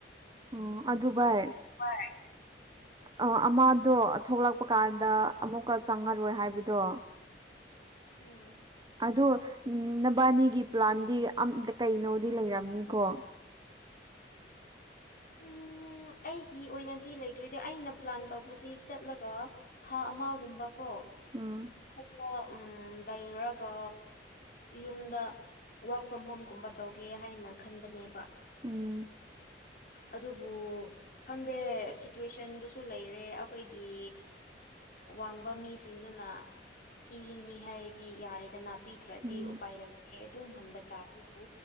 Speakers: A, on the right; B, on the left.
A: ꯑꯣ ꯑꯗꯨ ꯚꯥꯏ
B: ꯍꯣꯏ
A: ꯑ ꯑꯃꯗꯣ ꯊꯣꯛꯂꯛꯄ ꯀꯥꯟꯗ ꯑꯃꯨꯛꯀ ꯆꯪꯉꯔꯣꯏ ꯍꯥꯏꯕꯗꯣ
B: ꯎꯝ
A: ꯑꯗꯣ ꯅꯕꯥꯅꯤꯒꯤ ꯄ꯭ꯂꯥꯟꯗꯤ ꯑ ꯀꯩꯅꯣꯗꯤ ꯂꯩꯔꯕꯝꯅꯤꯀꯣ
B: ꯎꯝ ꯑꯩꯒꯤ ꯑꯣꯏꯅꯗꯤ ꯂꯩꯇ꯭ꯔꯗꯤ ꯑꯩꯅ ꯄ꯭ꯂꯥꯟ ꯇꯧꯕꯗꯤ ꯆꯠꯂꯒ ꯊꯥ ꯑꯃꯒꯨꯝꯕ ꯀꯣ
A: ꯎꯝ
B: ꯈꯄ ꯎꯝ ꯂꯩꯔꯒ ꯌꯨꯝꯗ ꯋꯥꯔꯛ ꯐ꯭ꯔꯣꯝ ꯍꯣꯝꯒꯨꯝꯕ ꯇꯧꯒꯦ ꯍꯥꯏꯅ ꯈꯟꯕꯅꯦꯕ
A: ꯎꯝ
B: ꯑꯗꯨꯕꯨ ꯈꯪꯗꯦ ꯁꯤꯇꯨꯋꯦꯁꯟꯗꯁꯨ ꯂꯩꯔꯦ ꯑꯩꯈꯣꯏꯒꯤ ꯋꯥꯡꯕ ꯃꯤꯁꯤꯡꯗꯨꯅ ꯄꯤꯅꯤ ꯍꯥꯏꯔꯗꯤ ꯌꯥꯔꯦꯗꯅ ꯄꯤꯗ꯭ꯔꯗꯤ
A: ꯎꯝ
B: ꯎꯄꯥꯏ ꯂꯩꯇꯦ ꯑꯗꯨꯝ ꯍꯟꯕ ꯇꯥꯔꯦ ꯑꯗꯨꯕꯨ